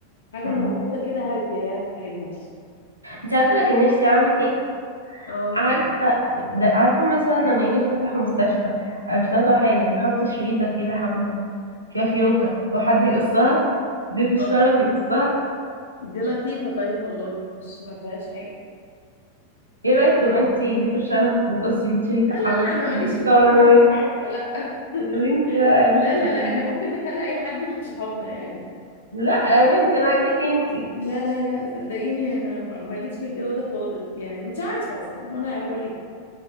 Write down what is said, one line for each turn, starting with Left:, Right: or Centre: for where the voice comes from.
Left: حاجة
Right: مم.
Left: موجودة كده هادية يعني وحلوة
Right: انت عارفة أنا كان نفسي أعمل إيه؟
Left: اه
Right: عارفة ده عارفة مثلا لما يجي يفتتحوا مستشفى أو يفتتحوا حاجة بيحطوا شريطة كده حمراء فيها فيونكة وحد يقصها ضيف الشرف
Left: اه
Right: يقصها
Left: دي لطيفة طيب والله مش ما فيهاش حاجة
Right: ايه رايك تبقى انت ضيف الشرف وتقصي الشريطه
Left: لا لا
Right: الحمراء
Left: لا انا ماليش
Right: ونتصور
Left: في الكلام
Right: انا
Left: ده
Right: وانت
Left: انت عارفة لا <laughs>
Right: تقولي انت لا يا بنتي
Left: لا لا
Right: وين؟
Left: لا احنا ممكن نخلي اي حد من صحابنا يعني
Right: لا يا بنتي انا عايزاك انت
Left: لا لا لا صدقيني انا ماليش في الجو ده خالص يعني انت عارفة اصلا وانا بقول لك